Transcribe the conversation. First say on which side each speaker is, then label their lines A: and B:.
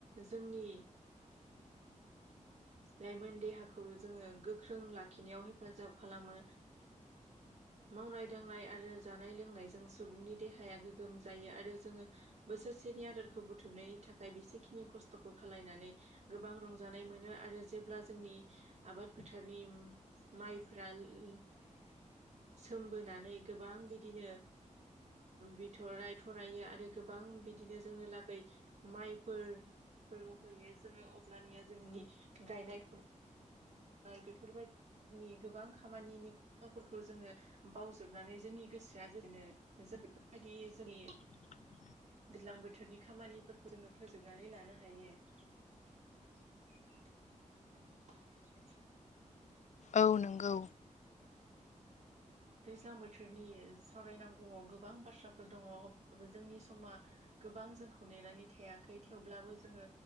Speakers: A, on the right; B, on the left.
A: जोंनि
B: <unintelligible>
A: लाइमोन देहाखौ जोङो गोख्रों लाखिनायाव हेफाजाब खालामो। मावनाय दांनाय आरो जानाय लोंनायजों सुबुंनि देहाया गोगोम जायो आरो जोङो बोसोरसेनि आदारखौ बुथुमनायनि थाखाय बेसेखिनि खस्थ'खौ खालायनानै गोबां रंजानाय मोनो। मोन आरो जेब्ला जोंनि आबाद फोथारनि माइ उ <inaudible> सोमबोनानै गोबां बिदिनो बिथराय थरायो आरो गोबां बिदिनो जोंनो लागै माइफोर फोर होयो जोङो अब्लानिया जोंनि गायनाय फुनायनाय बेफोरबायदि नि गोबां खामानिनिफोरखौ जोङो बावजोबनानै जोंनि गोसोआ गोजोनो जों बेफोरबायदि जोंनि
B: <unintelligible>
A: दैज्लां बोथोरनि खामानिफोरखौ जोङो फोजोबनानै लानो हायो। <unintelligible> <unintelligible>
B: औ नंगौ।
A: दैज्लां बोथोरनि सावरायनांगौआव गोबां बाथ्राफोर दङ अब्लाबो जोंनि समा गोबां जोंखौ नेनानै थायाखै थेवब्लाबो जोङो